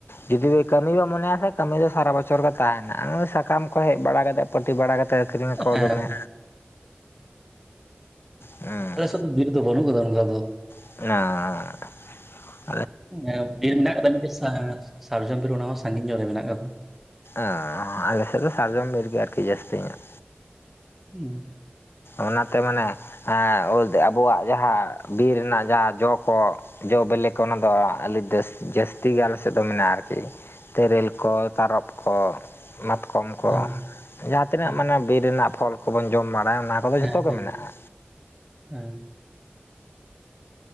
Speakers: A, on the left; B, in the centre.
A: ᱡᱩᱫᱤ ᱠᱟᱹᱢᱤ ᱵᱚ ᱢᱚᱱᱮᱭᱟ ᱥᱮ ᱠᱟᱹᱢᱤ ᱫᱚ ᱥᱟᱨᱟ ᱵᱚᱪᱷᱚᱨ ᱜᱮ ᱛᱟᱦᱮᱱᱟ ᱟᱨ ᱥᱟᱠᱟᱢ ᱠᱚ ᱦᱮᱡ ᱵᱟᱲᱟ ᱠᱟᱛᱮᱜ ᱯᱟᱹᱴᱤ ᱵᱟᱲᱟ ᱠᱟᱛᱮ ᱟᱹᱠᱷᱨᱤᱧᱟᱠᱚ
B: ᱦᱮᱸ
A: ᱫᱚᱢᱮ ᱦᱩᱸ
B: ᱟᱞᱮᱥᱮᱫ ᱫᱚ ᱵᱤᱨ ᱫᱚ ᱵᱟᱹᱱᱩᱜ ᱟᱠᱟᱫᱟ ᱚᱱᱠᱟ ᱫᱚ
A: ᱟᱸᱻᱜ
B: ᱮᱸ ᱵᱤᱨ ᱢᱮᱱᱟᱜ ᱟᱠᱟᱫᱟ ᱢᱤᱫᱴᱮᱡ ᱥᱮᱸ ᱥᱟᱨᱡᱚᱢ ᱵᱤᱨ ᱚᱱᱟ ᱦᱚᱸ ᱥᱟᱺᱜᱤᱧ ᱧᱚᱜ ᱨᱮ ᱢᱮᱱᱟᱜ ᱟᱠᱟᱫᱟ᱾
A: ᱮᱸᱻᱟ ᱟᱞᱮ ᱥᱮᱫ ᱫᱚ ᱥᱟᱨᱡᱚᱢ ᱵᱤᱨ ᱜᱮ ᱟᱨᱠᱤ ᱡᱟᱹᱥᱛᱤ ᱧᱚᱜ
B: ᱦᱩᱸ
A: ᱚᱱᱟᱛᱮ ᱢᱟᱱᱮ ᱮ ᱚᱞᱛᱮ ᱟᱵᱚᱣᱟᱜ ᱡᱟᱦᱟᱸ ᱵᱤᱨ ᱨᱮᱱᱟᱜ ᱡᱟᱦᱟᱸ ᱡᱚ ᱠᱚ ᱡᱚ ᱵᱤᱞᱤ ᱠᱚ ᱚᱱᱟ ᱫᱚ ᱟᱹᱰᱤ ᱡᱟ. ᱥ ᱡᱟᱹᱥᱛᱤ ᱜᱮ ᱟᱞᱮ ᱥᱮᱫ ᱫᱚ ᱢᱮᱱᱟᱜᱼᱟ ᱟᱨᱠᱤ ᱛᱮᱨᱮᱞ ᱠᱚ ᱛᱟᱨᱚᱵ ᱠᱚ ᱢᱟᱛᱼᱼ ᱠᱚᱢ ᱠᱚ
B: ᱦᱮᱸ
A: ᱡᱟᱦᱟ ᱛᱤᱱᱟᱹᱜ
B: ᱦᱮᱸ
A: ᱢᱟᱱᱮ ᱵᱤᱨ ᱨᱮᱱᱟᱜ ᱯᱷᱚᱞ ᱠᱚᱵᱚᱱ ᱡᱚᱢ ᱵᱟᱲᱟᱭᱟ ᱚᱱᱟ ᱠᱚᱫᱚ
B: ᱦᱮᱸ
A: ᱡᱷᱚᱛᱚ
B: ᱦᱮᱸ,
A: ᱜᱮ ᱢᱮᱱᱟᱜᱼᱟ
B: ᱦᱮᱸ᱾